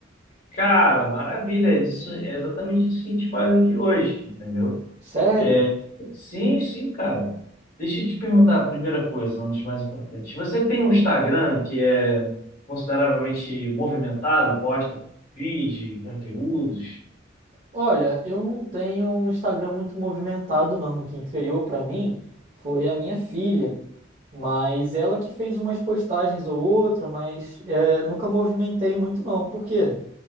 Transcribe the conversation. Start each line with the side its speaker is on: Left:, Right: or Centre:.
Left: Cara, maravilha. É Isso é exatamente isso que a gente faz aqui hoje, entendeu?
Right: Sério?
Left: É, sim, sim, cara. Deixa eu te perguntar a primeira coisa, uma das mais importantes. Você tem um Instagram que é consideravelmente movimentado, posta feed, conteúdos?
Right: Olha, eu não tenho um Instagram muito movimentado, não. Quem criou pra mim foi a minha filha. Mas ela que fez umas postagens ou outra, mas é, nunca movimentei muito não. Por quê?